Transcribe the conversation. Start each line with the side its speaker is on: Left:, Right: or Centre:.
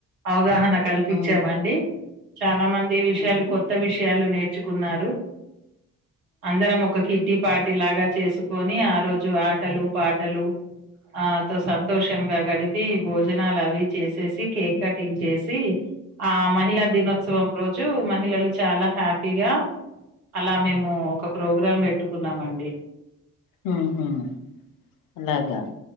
Right: అవగాహన కల్పించామండి
Left: ఉమ్
Right: చాలా మంది ఈ విషయాలు
Left: ఆహా
Right: కొత్త విషయాలు నేర్ కున్నారు అందరం ఒక కిడ్డి పార్టి లాగా చేసుకొని ఆ రోజు ఆటలు పాటలు ఆ తో సంతోషంగా గడిపి భోజనాలు అవి చేసేసి కేక్ కటింగ్ చేసి ఆ మహిళా దినోత్సవం రోజు మహిళలు చాలా హ్యాపీగా అలా మేము ఒక ప్రోగ్రామ్ పెట్టుకున్నామండి
Left: హూ హుమ్ అలాగా